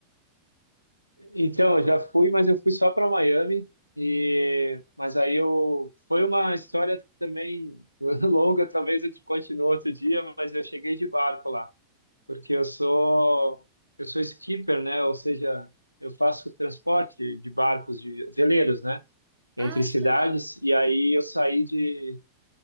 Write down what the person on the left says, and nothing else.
Então, eu já fui, mas eu fui só para Miami. E mas aí eu foi uma história também <laughs> longa, talvez eu te conte no outro dia, mas eu cheguei de barco lá, porque eu sou eu sou skipper, né? Ou seja, eu faço transporte de barcos de veleiros, né? Entre
cidades.
E aí eu saí de